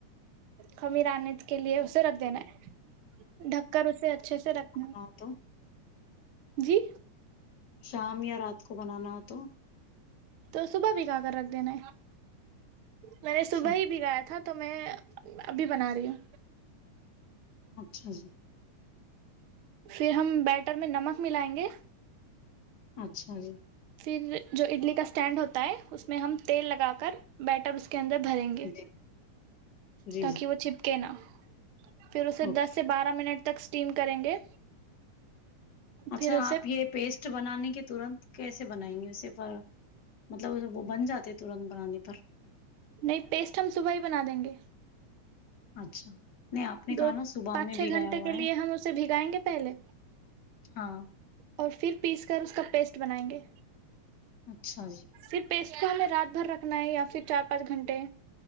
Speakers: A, on the right; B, on the left.
A: خمیر آنے کے لیے اسے رکھ دینا ہے ڈھک کر اسے اچھے سے رکھنا ہے
B: ہاں تو
A: جی
B: شام یا رات کو بنانا ہو تو
A: تو صبح بھگا کر رکھ دینا ہے میں نے صبح
B: اچھا
A: ہی بھگایا تھا تو میں ابھی بنا رہی ہوں
B: اچھا جی
A: پھر ہم بیٹر میں نمک ملائیں گے
B: اچھا جی
A: پھر جو اڈلی کا اسٹینڈ ہوتا ہے اس میں ہم تیل لگا کر بیٹر اب اس کے اندر بھریں گے
B: جی جی
A: تاکہ
B: جی
A: وہ چپکے نا پھر اسے
B: اوکے
A: دس سے بارہ منٹ تک اسٹیم کریں گے
B: اچھا
A: پھر اسے
B: آپ یہ پیسٹ بنانے کے ترنت کیسے بنائیں گے اسےف مطلب وہ بن جاتے ہیں ترنت بنانے پر
A: نہیں پیسٹ ہم صبح ہی بنا دیں گے
B: اچھا نہیں آپ نے کہا
A: دو
B: نا صبح
A: پانچ
B: میں
A: چھ
B: بھی گیا
A: گھنٹے
B: ہوا
A: کے لیے
B: ہے
A: ہم اسے بھگائیں گے پہلے
B: ہاں
A: اور پھر پیس کر اس کا پیسٹ بنائیں گے
B: اچھا جی
A: پھر پیسٹ کو ہمیں رات بھر رکھنا ہے یا پھر چار پانچ گھنٹے